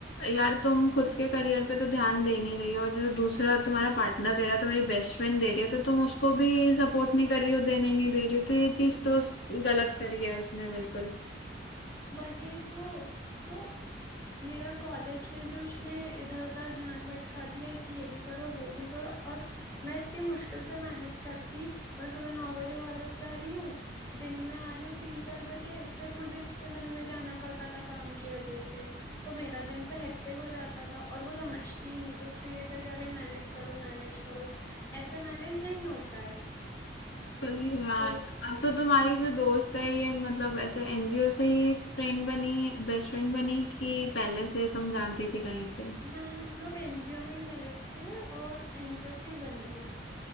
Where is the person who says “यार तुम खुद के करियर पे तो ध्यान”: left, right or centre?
Left